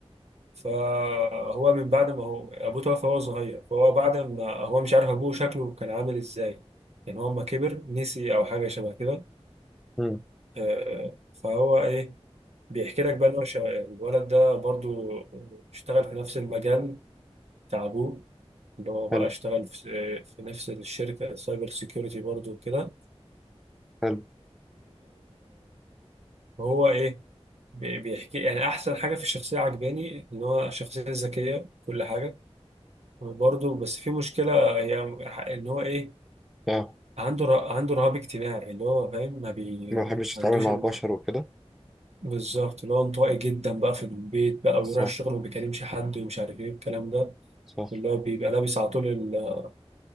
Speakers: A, on the right (about 75°); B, in the centre.
A: فهو من بعد ما هو ابوه توفى وهو صغير فهو بعد ما هو مش عارف ابوه شكله كان عامل ازاي يعني هو لما كبر نسي او حاجه شبه كده
B: مم.
A: آه، فهو ايه بيحكي لك بقى ان هو شا- الولد ده برضو اشتغل في نفس المجال بتاع ابوه اللي هو بقى
B: حلو
A: اشتغل في في نفس الشركه سايبر سيكيورتي برضو كده
B: حلو
A: وهو ايه بي- بيحكي يعني احسن حاجه في الشخصيه عجباني ان هو شخصيه ذكيه كل حاجه وبرضه بس في مشكلة هي إن هو إيه
B: اه
A: عنده ر- عنده رهاب اجتماعي اللي هو فاهم ما بي
B: ما بحبش
A: ما
B: اتعامل
A: عندوش
B: مع
A: ال-
B: البشر وكده
A: بالظبط اللي هو انطوائي جدا بقى في البيت بقى
B: صح
A: ويروح الشغل وما بيكلمش حد ومش عارف إيه الكلام ده
B: صح
A: واللي هو بيبقى لابس على طول ال-